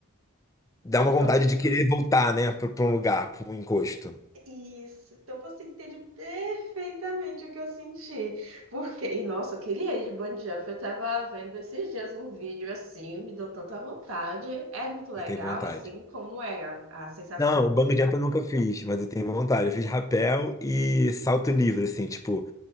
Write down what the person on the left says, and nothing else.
Dá
uma vontade de querer voltar, né, pra pra um lugar, pra um encosto.
Eu tenho vontade.
Não, o bungee jump eu nunca fiz, mas eu tenho vontade. Eu fiz rapel e salto livre, assim, tipo,